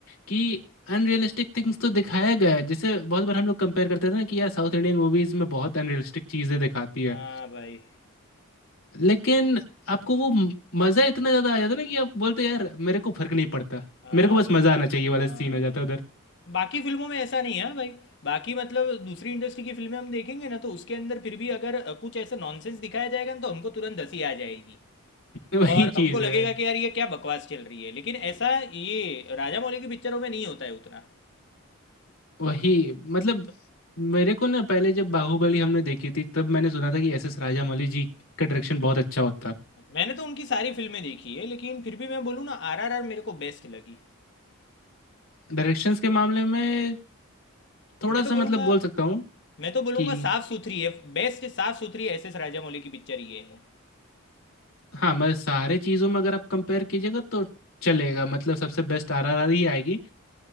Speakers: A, on the left (about 70°); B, on the left (about 55°).
A: कि अनरियलिस्टिक थिंग्स तो दिखाया गया है जैसे बहुत बार हम लोग कंपेयर करते थे ना कि यार साउथ इंडियन मूवीज में बहुत अनरियलिस्टिक चीजें दिखाती है
B: हाँ भाई
A: लेकिन आपको वो म- मजा इतना ज्यादा आ जाता ना कि आप बोलते यार मेरे को फर्क नहीं पड़ता
B: हाँ
A: मेरे को बस
B: भाई
A: मजा आना चाहिए वाला
B: हाँ
A: सीन हो जाता
B: भाई
A: है उधर
B: हाँ बाकी फिल्मों में ऐसा नहीं है हाँ भाई बाकी मतलब दूसरी इंडस्ट्री की फिल्में हम देखेंगे ना तो उसके अंदर फिर भी अगर अ, कुछ ऐसे नॉनसेंस दिखाया जाएगा ना तो हमको तुरंत हंसी आ जाएगी
A: <laughs> वही
B: और हमको
A: चीज
B: लगेगा
A: है
B: कि यार ये क्या बकवास चल रही है लेकिन ऐसा ये राजा मौली की पिक्चरों में नहीं होता है उतना
A: वही मतलब मेरे को ना पहले जब बाहुबली हमने देखी थी तब मैंने सुना था कि एस एस राजामौली जी का डायरेक्शन बहुत अच्छा होता है।
B: मैंने तो उनकी सारी फिल्में देखी है लेकिन फिर भी मैं बोलूँ ना आरआरआर मेरे को बेस्ट लगी
A: डायरेक्शंस के मामले में थोड़ा
B: मैं
A: सा
B: तो बोलूँगा
A: मतलब बोल सकता हूँ
B: मैं तो बोलूँगा
A: कि
B: साफ सुथरी है बेस्ट साफ सुथरी एस एस राजा मौली की पिक्चर ये है
A: हाँ मतलब सारे चीज़ों में अगर आप कंपेयर कीजिएगा तो चलेगा मतलब सबसे बेस्ट आरआरआर ही आएगी